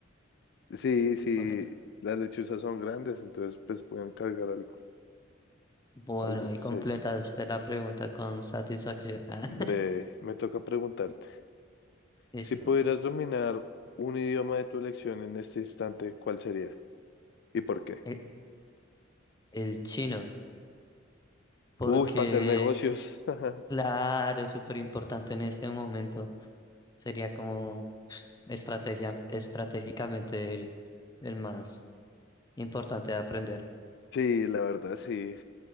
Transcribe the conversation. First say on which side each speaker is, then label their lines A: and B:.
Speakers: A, on the left (about 60°); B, on the left (about 20°).
A: sí, sí.
B: Bueno,
A: Las lechuzas son grandes, entonces pues pueden cargar algo,
B: bueno,
A: algo
B: ahí
A: pesadito.
B: completaste la pregunta con satisfacción. <laughs>
A: Breve, me toca preguntarte.
B: Listo.
A: Si pudieras dominar un idioma de tu elección en este instante, ¿cuál sería? ¿Y por qué?
B: El, el chino, porque,
A: Uy, para hacer negocios. <laughs>
B: claro, es súper importante en este momento. Sería como pf, estrategia, estratégicamente el, el más importante de aprender.
A: Sí, la verdad, sí.